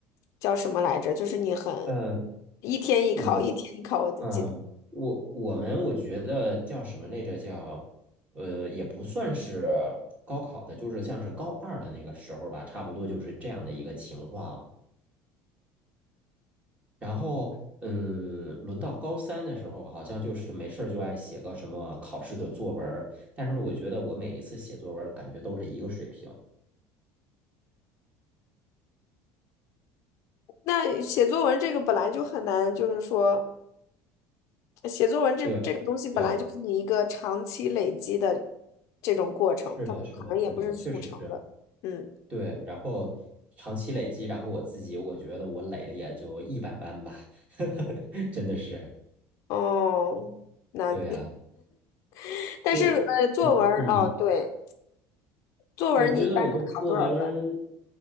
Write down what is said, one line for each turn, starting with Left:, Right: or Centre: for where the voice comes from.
Left: 叫什么来着，就是你很
Right: 嗯，
Left: 一天一考，
Right: 我
Left: 一天一考，我就记得。
Right: 嗯，我我们我觉得叫什么来着？叫呃，也不算是高考的，就是像是高二的那个时候吧，差不多就是这样的一个情况。然后嗯，轮到高三的时候，好像就是没事儿就爱写个什么考试的作文儿，但是我觉得我每一次写作文儿感觉都是一个水平。
Left: 那写作文这个本来就很难，就是说写作文这这个东西本来就是你一个长期累积的
Right: 对对，
Left: 这种过程，
Right: 是的，
Left: 它可能也不是速成的，
Right: 是的，是的，确实是。
Left: 嗯，
Right: 对，然后长期累积，然后我自己我觉得我累的也就一般般吧，<laughs> 真的是，
Left: 哦，那
Right: 对呀、
Left: <laughs> 但是呃，
Right: 就 <laughs>
Left: 作文儿哦，
Right: 我嗯，
Left: 对。作文你一般能考多少分？
Right: 我觉得我的作文儿